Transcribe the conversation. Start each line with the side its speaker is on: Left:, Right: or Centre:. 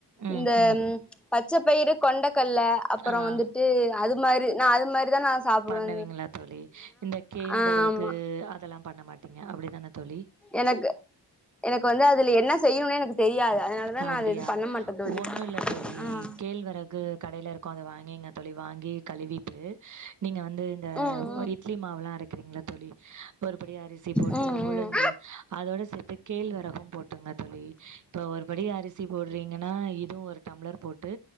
Right: ம்,
Centre: இந்த
Right: ம்.
Centre: பச்ச பயிரு கொண்டக்கல்ல அப்புற
Right: ஆ.
Centre: வந்துட் டு அது மாதிரி நா அது மாதிரிதா நா சாப்பிடுவே
Right: பண்ணுவீங்ளா தோழி இந்த கேழ்வரகு
Centre: ஆமா
Right: அதெல்லா பண்ணமாட்டிங்க அப்டிதான தோழி?
Centre: எனக்கு எனக்கு வந்து அதுல என்ன செய்யுனே எனக்கு தெரியாது அதனாலதா
Right: அப்டியா
Centre: நா அது எது பண்ண மாட்ட தோழி
Right: ஒண்ணு இல்ல தோழி
Centre: ஆ
Right: கேழ்வரகு கடையில இருக்கு அத வாங்கிங்க தோழி வாங்கி கழுவிட்டு நீங்க வந்து இந்த
Centre: ம்
Right: உ இட்லி மாவுல்லா அரைக்கிறீங்ள தோழி ஒரு படி அரிசி போட்டு
Centre: ம் ம்
Right: உளுந்து
Centre: ம்
Right: அதோட சேத்து கேழ்வரகும் போட்டுங்க தோழி இப்போ ஒரு படி அரிசி போடுறீங்கன்னா இதுவு ஒரு டம்ளர் போட்டு